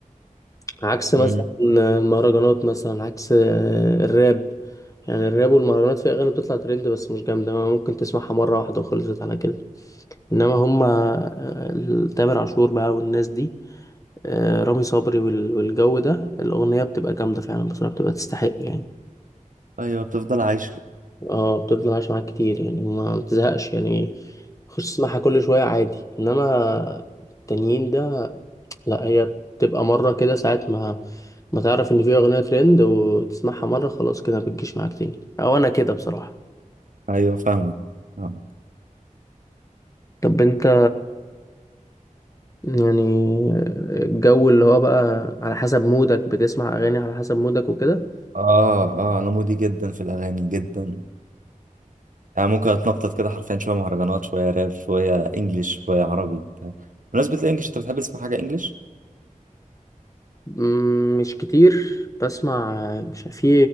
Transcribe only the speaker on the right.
مم.
أيوة بتفضل عايشة
أيوة فاهمك فاهمك.
آه آه أنا مودي جدا في الأغاني جدا يعني ممكن أتنطط كده حرفيا شوية مهرجانات شوية راب شوية إنجليش شوية عربي بتاع بمناسبة الإنجليش أنت بتحب تسمع حاجة إنجليش؟